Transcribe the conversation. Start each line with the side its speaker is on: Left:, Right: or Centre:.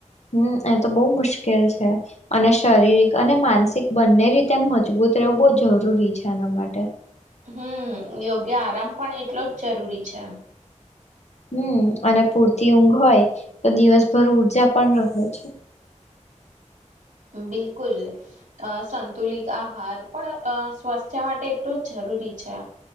Left: હમ એ તો બહુ મુશ્કેલ છે અને શારીરિક અને માનસિક બંને રીતે એમ મજબૂત એવું બો જરૂરી છે આના માટે
Right: હમ યોગ્ય આરામ પણ એટલો જ જરૂરી છે એમ
Left: હમ અને પૂરતી ઊંઘ હોય તો દિવસભર ઊર્જા પણ રહે છે.
Right: બિલકુલ અ સંતુલિત આહાર પણ અ સ્વાસ્થ્ય માટે એટલું જરૂર જરૂરી છે.